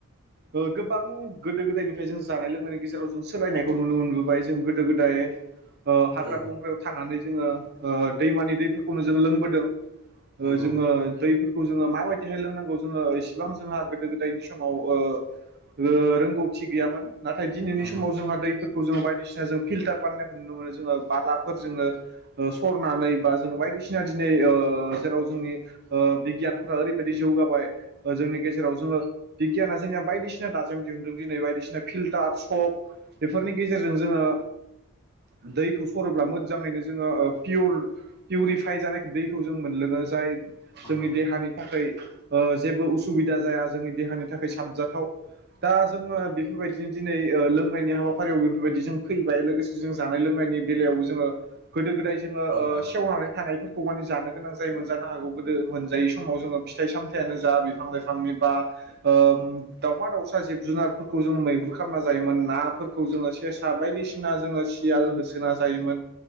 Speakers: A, on the right; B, on the left.
A: ओ गोबां गोदो गोदायनिफ्राय जों जानाय लोंनायनि गेजेराव जों सोलायनायखौ नुनो मोनबोबाय जों गोदो गोदाय ओ हाग्रा
B: नंगौ
A: बंग्रायाव थानानै जोङो ओ दैमानि दैफोरखौनो जों लोंबोदों।
B: नंगौ
A: जोङो दैफोरखौ जोङो माबायदि रोंनांगौ जोङो इसेबां जोंहा गोदो गोदायनि समाव ओ रो रोंगौथि गैयामोन। नाथाय दिनैनि
B: नंगौ
A: समाव जोंहा दैफोर ज बायदिसिना ज फिलटार बानायनायखौ नुनो मोनो जोङो बालाफोर जोङो ओ सरनानै बा जों बाय बायदिसिना दिनै ओ जेराव जोंनि ओ बिगियान ओरैबायदि बायदि जौगाबाय ओ जोंनि गेजेराव जोङो बिगियाना जोंनिया बायदिसिना दाजेम दिहुनदों दिनै बायदिसिना फिल्टार सक बेफोरनि गेजेरजों जोङो <unintelligible> दैखौ सरोब्ला मोजाङैनो जोङो ओ पियर पिउरिफाइ जानाय दैखौ जों मोनलोङो जाय जोंनि
B: नंगौ
A: देहानि थाखाय ओ जेबो उसुबिदा जाया जोंनि देहानि थाखाय साबजाथाव। दा जोङो बेफोरबायदिनो दिनै ओ लोंनायनि हाबाफारियाव बेफोरबायदि जों फैबाय लोगोसे जों जानाय लोंनाय नि बेलायावबो जोङो गोदो गोदाय जोङो
B: नंगौ
A: ओ सेवनानै थानायफोरखौ मान जानो गोनां जायो मोनजानो हागौ गोदो मोनजायो। जोङो फिथाइ सामथायानो जा बिफां लाइफांनि बा ओ दाावमा दाउसा जिब जुनारफोरखौ जों मैहुर खालामना जायोमोन ना फोरखौ जोङो सेसा बायदिसिना जोङो सियाल होसोना जायोमोन।